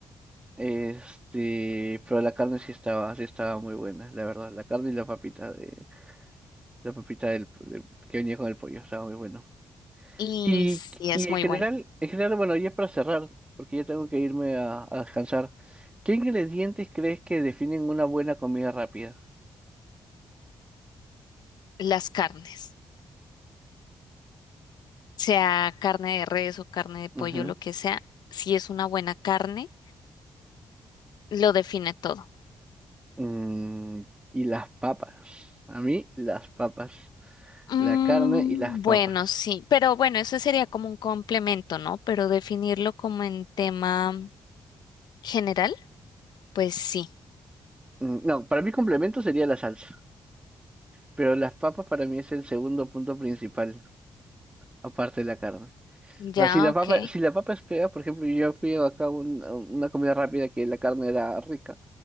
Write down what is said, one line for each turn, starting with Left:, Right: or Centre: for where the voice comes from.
Right: Este, pero la carne sí estaba, sí estaba muy buena, la verdad. La carne y la papita de, la papita del, del- que venía con el pollo, estaba muy bueno.
Left: y
Right: Y,
Left: sí es
Right: y en
Left: muy
Right: general,
Left: bueno.
Right: en general, bueno, ya para cerrar, porque ya tengo que irme a, a descansar. ¿Qué ingredientes crees que definen una buena comida rápida?
Left: Las carnes, sea carne de res o carne de pollo,
Right: Ujú.
Left: lo que sea, si es una buena carne, lo define todo.
Right: Mm, y las papas. A mí, las papas.
Left: Mm,
Right: La carne y las papas.
Left: bueno, sí, pero bueno, eso sería como un complemento, ¿no? Pero definirlo como en tema general, pues sí.
Right: Mm, No, para mí complemento sería la salsa, pero las papas para mí es el segundo punto principal, aparte de la carne.
Left: Ya,
Right: O sea, si la
Left: ok.
Right: papa, si la papa es fea, por ejemplo, yo fui acá a un- a una comida rápida que la carne era rica,